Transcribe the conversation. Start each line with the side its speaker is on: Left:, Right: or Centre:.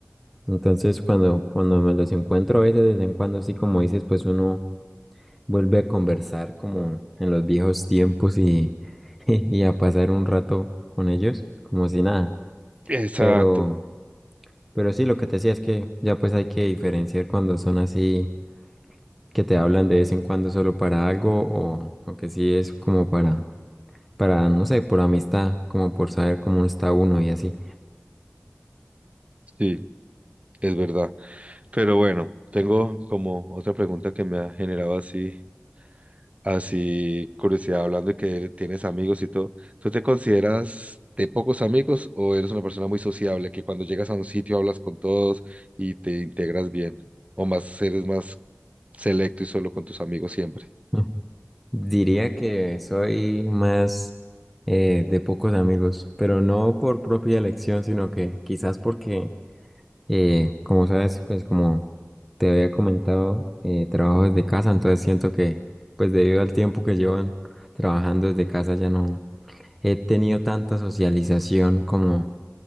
Centre: Entonces cuando, cuando me los encuentro a veces, de vez en cuando, sí, como dices, pues uno vuelve a conversar como en los viejos tiempos y, <laughs> y a pasar un rato con ellos, como si nada.
Right: Exacto,
Centre: Pero, pero sí, lo que te decía es que ya pues hay que diferenciar cuando son así, que te hablan de vez en cuando solo para algo o, o que sí es como para, para, no sé, por amistad, como por saber cómo está uno y así.
Right: sí, es verdad. Pero bueno, tengo como otra pregunta que me ha generado así Así, curiosidad, hablando de que tienes amigos y todo, ¿tú te consideras de pocos amigos o eres una persona muy sociable que cuando llegas a un sitio hablas con todos y te integras bien? ¿O más eres más selecto y solo con tus amigos siempre?
Centre: <laughs> Diría que soy más eh, de pocos amigos, pero no por propia elección, sino que quizás porque Eh, como sabes, pues como te había comentado, eh, trabajo desde casa, entonces siento que, pues debido al tiempo que llevo en- trabajando desde casa, ya no he tenido tanta socialización como